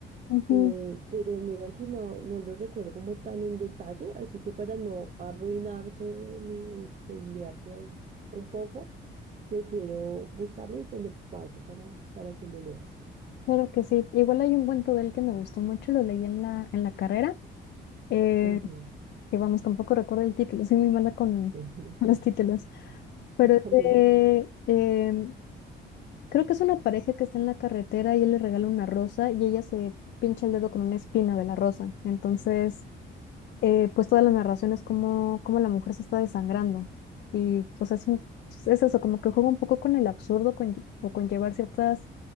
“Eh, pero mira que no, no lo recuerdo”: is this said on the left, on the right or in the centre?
Right